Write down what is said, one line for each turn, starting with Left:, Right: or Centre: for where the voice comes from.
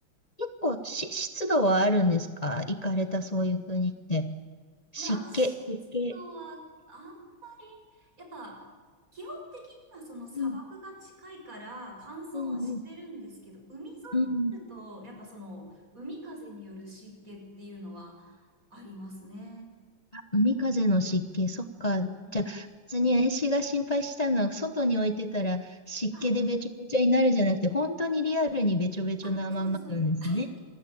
Left: 結構し、湿度はあるんですか行かれたそういう国って。湿気。
Right: まあ、湿度はあんまり、
Left: 湿気。
Right: やっぱ、基本的にはその砂漠が近いから乾燥はしてるんですけど、
Left: うん。うんうん。
Right: 海沿い
Left: うんうん。
Right: になると、やっぱその海風による湿気っていうのはありますね。
Left: あ、海風の湿気。そっか。じゃあ、
Right: うん。
Left: 別に私が心配したのは、外に置いてたら湿気でべちょべちょになるじゃなくて、
Right: あ、
Left: 本当にリアルにべちょべちょなままなんですね。
Right: あ、そうです、そうです。<laughs>